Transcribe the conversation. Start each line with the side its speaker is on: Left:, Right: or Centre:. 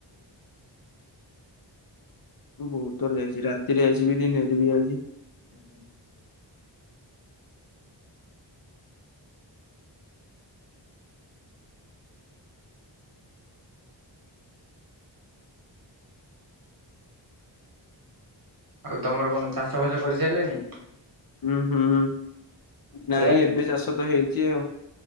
Left: ମୁଁ ବହୁତ ଥର ଯାଇଛି ରାତିରେ ଆଇଛି ବି ଦିନରେ ବି ଆଇଚି।
Right: ହୁଁ ଆଉ ତମର କଣ ଚାଷ ବାସ କରିସାରିଲେଣି?
Left: ହୁଁ ହୁଁ ହୁଁ।
Right: ସରିଲାଣି
Left: ନାଇଁ ଏବେ ଚାଷ ତ ହେଇଛି ଆଉ।